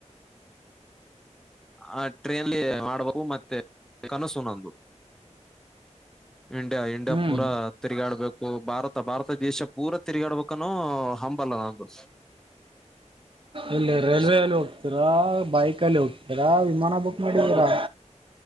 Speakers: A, in the centre; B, on the right.
A: ಆ ಟ್ರೆನ್ಲಿ ಆಡಬೇಕು ಮಾಡ್ಬೇಕು ಮತ್ತೆ ಏ ಕನಸು ನಂದು. ಇಂಡಿಯಾ ಇಂಡಿಯಾ
B: ಹ್ಮ್
A: ಪೂರಾ ತಿರುಗಾಡ್ಬೇಕು. <unintelligible> ಭಾರತ ಭಾರತ ದೇಶ ಪೂರ ತಿರುಗಾಡ್ಬೇಕಾನೂ ಹಂಬಲ ನಂದು.
B: ಇಲ್ಲಿ ರೈಲ್ವೆ
A: ಇಷ್ಟೇ
B: ಅಲ್ಲಿ ಹೋಗ್ತೀರಾ ಬೈಕಲಿ ಹೋಗ್ತೀ. ಎರಾವ್ ವಿಮಾನ ಬುಕ್ ಮಾಡಿದೀರಾ
A: ನೋಡ್ಬೇಕು